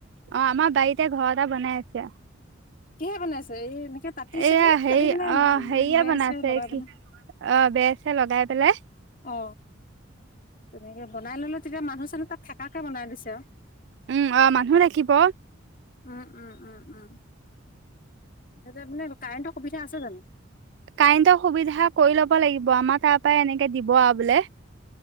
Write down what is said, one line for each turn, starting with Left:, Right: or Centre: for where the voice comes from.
Right: অ আমাৰ বাৰীতে ঘৰ এটা বনাই আছে।
Left: কিহেৰে বনাইছে? এই এনেকে তাতি
Right: এয়া
Left: চাতি এই
Right: হেৰি
Left: তাতি কিনে
Right: অ
Left: উম
Right: হেৰিয়ে
Left: বেৰ
Right: বনাইছে
Left: চেৰ লগাই
Right: কি
Left: পিনে।
Right: অ বেৰ চেৰ লগাই পেলেই
Left: অ, তেনেকে বনাই ল'লে। তেতিয়া মানুহ চানুহ তাত থকাকে বনাই দিছে আও।
Right: উম অ মানুহ ৰাখিব
Left: উম উম উম উম, তেতিয়া পিনে কাৰেণ্টৰ সুবিধা আছে জানো?
Right: কাৰেণ্টৰ সুবিধা কৰি ল'ব লাগিব আমাৰ তাৰ পৰা এনেকে দিব আও বোলে।